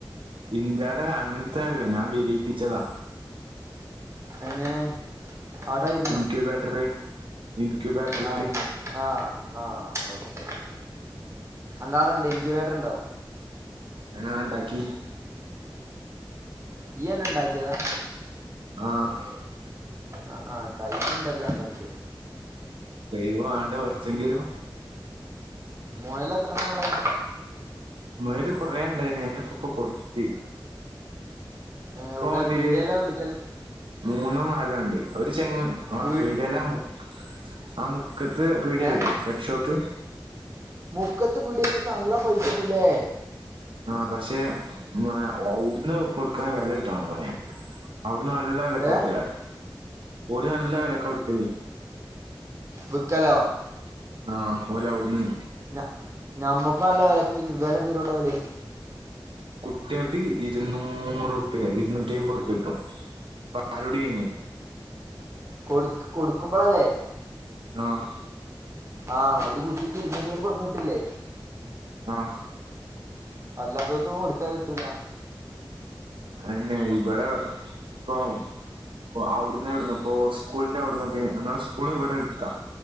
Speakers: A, on the right (about 85°); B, on the right (about 35°).
A: ഇൻ്റെടെ അങ്ങൻത്തെല്ല ഞാൻ വിരിപ്പിച്ചതാ.
B: എങ്ങനെ? അതായ്
A: ഇൻക്യൂബാട്ടർറി ഇനിക്യൂബാട്ടറില്
B: ആഹ് എനിക്ക് ആഹ് ആഹ് ഓക്കെ ഓക്കെ അൻ്റാടെണ്ടോ ഇൻക്യുബാറ്ററ്ണ്ടോ?
A: അത് ഞാണ്ടാക്കി.
B: ഇയ്യെന്നെണ്ടാക്ക്യതാ?
A: ആഹ്
B: ആഹ് ആഹ് കയ്‌വ്ണ്ടല്ലോ നല്ലോ ൻക്ക്
A: ഒയ് വാണ്ടെ കൊർച്ചെങ്കിലും
B: മോയലെത്രണ്ണാള്ളെ?
A: മൊയല് കുറേ ണ്ടായിന് അയ്നെ പ്പൊക്കെ കൊട്ത്ത്.
B: ഏഹ് എവ്ടെ
A: ഒരു
B: വീട്യേല്ലാ കൊട്ക്കല്?
A: മൂന്നോ നാലോണ്ട് ഒരു ചെങ്ങൻ ആഹ്
B: വീ
A: പീട്യേലാന്ന്. ആ മുക്കത്ത് പീട്യല്ലേ
B: ഏഹ്
A: പെറ്റ് ഷോപ്പ്.
B: മുക്കത്ത് പീട്യേകൊട്ത്താ നല്ല പൈസ ട്ടൂലെ.
A: ആഹ് പക്ഷെ മൊ അവ്ട്ന്ന് കൊട്ക്ക്ണ വെല കിട്ടണം മോനെ അവ്ട്ന്ന് നല്ല വെലക്ക്
B: ഏ
A: കൊട്ക്കല ഓര് നല്ല വെലക്കാ കൊട്ക്കല്.
B: വ്ക്കലോ?
A: ആഹ് ഓലവ്ട്ന്ന്
B: ഞ ഞമ്മക്ക് നല്ല വെലക്ക് വെല തെരോടാ ഓല്.
A: കുട്ട്യേക്ക് ഇര്ന്നൂറുപ്യ ഇര്ന്നൂറ്റ്യമ്പൊർപ്യട്ടും. പാലുട്യയ്ഞ്ഞ്.
B: കൊട്ക്ക് കൊട്ക്കുമ്പളല്ലേ.
A: ആഹ്
B: ആഹ് ഒരു കുട്ടിക്ക് ഇര്ന്നുറ്റ്യമ്പൊർപ്യട്ടൂലെ.
A: ആഹ്
B: അല്ലാതോൽക്കൊന്നും കൊട്ത്താ കിട്ടൂല.
A: അതെന്നെ ഇബടെ പ്പം പ്പോ അവ്ട്ന്ന് എവ്ട്ന്നൊക്കൊ സ്കൂൾന്റവ് ട്ന്നൊക്കെ ഞങ്ങളെ സ്കൂള് വടെ എട്ത്താ.